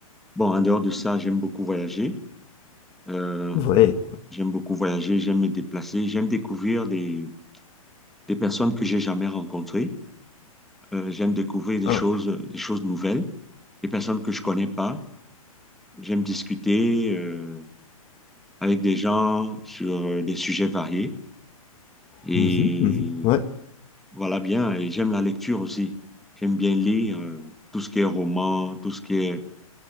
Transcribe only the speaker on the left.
Ouais.
Ah.
Mhm, mhm. Ouais.